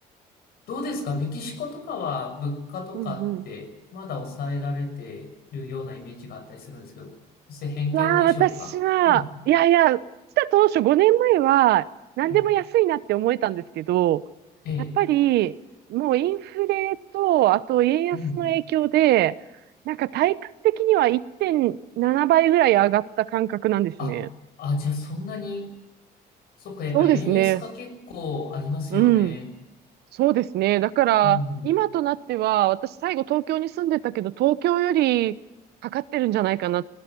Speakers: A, on the left; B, on the right.
A: どうですかメキシコとかは物価とかってまだ抑えられてるようなイメージがあったりするんですけど、
B: うんうん。
A: それ偏見でしょうかうん。
B: いやー、私は、いやいや、来た当初5年前は、何でも安いなって思えたんですけど、
A: うんええ。
B: やっぱり、もうインフレと、あと円安の影響で、
A: うんうん。
B: なんか体感的には1.7倍ぐらい上がった感覚なんですね。
A: あ、あ、じゃあそんなに、そっか、やっぱり円安が結構ありますよね。
B: そうですね。うん。そうですね。だから、
A: うんうん。
B: 今となっては、私最後東京に住んでたけど、東京よりかかってるんじゃないかな、